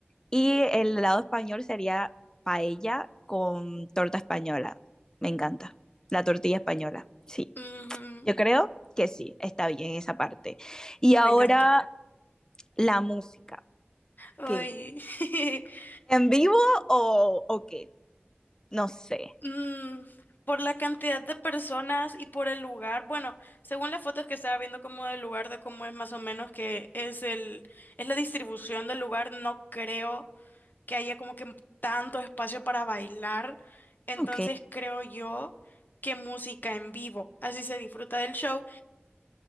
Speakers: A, on the left; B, on the left.
A: y el lado español sería paella con torta española. Me encanta, la tortilla española, sí,
B: Ujú,
A: yo creo que sí, está bien esa parte. Y ahora
B: Me encantó.
A: la música,
B: Ay.
A: ¿qué?
B: <laughs>
A: ¿En vivo o, o qué? No sé,
B: Mm, por la cantidad de personas y por el lugar, bueno, según las fotos que estaba viendo como del lugar, de cómo es más o menos que es el, es la distribución del lugar, no creo que haya como que tanto espacio para bailar. Entonces
A: ok.
B: creo yo que música en vivo, así se disfruta del show